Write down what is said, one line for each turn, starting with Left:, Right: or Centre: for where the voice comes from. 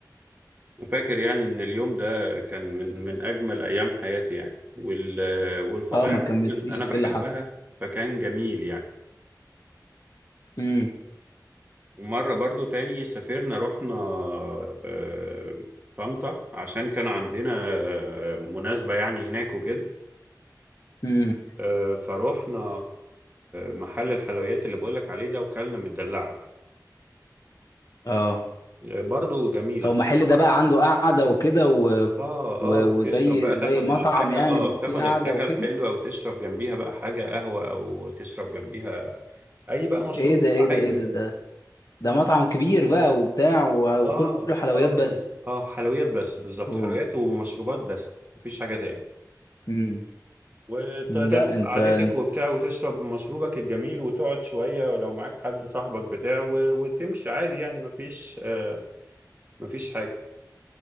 Right: أنا فاكر يعني ان اليوم ده كان من من اجمل ايام حياتي يعني وال والفطاير
Left: اه ما كملتليش
Right: عموماً انا بحبها
Left: ايه اللي حصل
Right: فكان جميل يعني
Left: امم
Right: ومره برضو تاني سافرنا رحنا آه، طنطا عشان كان عندنا آه، مناسبه يعني هناك وكده
Left: امم
Right: آه، فروحنا محل الحلويات اللي بقولك عليه ده وكلنا مدلعه
Left: اه
Right: برضه جميل
Left: هو
Right: اختراع
Left: محل ده بقى عنده قعدة وكده و...
Right: اه
Left: و...
Right: اه وتشرب
Left: وزي
Right: بقى تاخد
Left: زي مطعم
Right: الحاجة
Left: يعني
Right: اه
Left: وفي
Right: تاخد
Left: قعدة
Right: الحاجة
Left: وكده
Right: الحلوة وتشرب جنبيها بقى حاجة قهوة او تشرب جنبيها اي بقى مشروب
Left: ايه ده
Right: انت
Left: ايه ده
Right: عايزه
Left: ايه ده ده ده مطعم كبير بقى وبتاع و...
Right: اه
Left: وكله حلويات
Right: اه
Left: بس
Right: اه حلويات بس بالظبط
Left: اوه
Right: حلويات ومشروبات بس مفيش حاجة تاني
Left: امم
Right: وتاخد
Left: لا انت
Right: قعدتك
Left: انت
Right: وبتاع وتشرب مشروبك الجميل وتقعد شوية ولو معاك حد صاحبك بتاع و- وتمشي عادي يعني مفيش آه مفيش حاجة